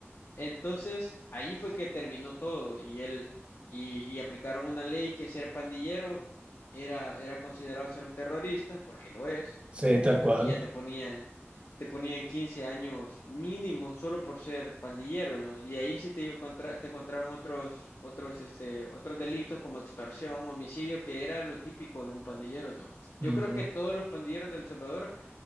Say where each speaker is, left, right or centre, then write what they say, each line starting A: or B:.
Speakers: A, on the left; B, on the right.
A: Entonces, ahí fue que terminó todo y él y, y aplicaron una ley que ser pandillero era, era considerado ser un terrorista, porque lo es,
B: sí, tal cual.
A: y ya te ponían, te ponían 15 años mínimo solo por ser pandillero, ¿no? Y ahí sí te iba a encontrar- te encontraban otros, otros, este, otros delitos como extorsión, homicidio, que era lo típico de un pandillero, ¿no? Yo
B: Ujú,
A: creo que todos los pandilleros de El Salvador